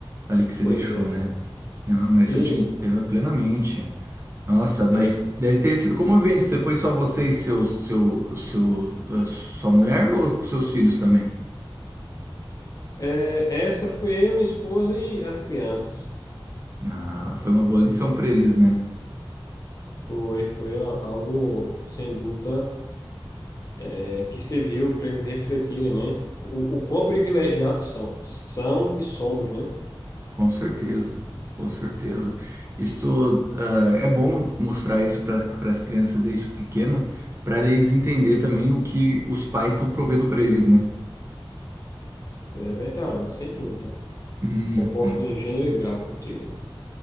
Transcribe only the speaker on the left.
pois
é, cara.
E
é,
é, essa foi eu, minha esposa e as crianças.
Foi, foi a- algo, sem dúvida, é, que serviu para eles refletirem, né? O, o quão privilegiados são. São e somos, né?
É verdade, sem dúvida.
Concordo em gênero e grau contigo.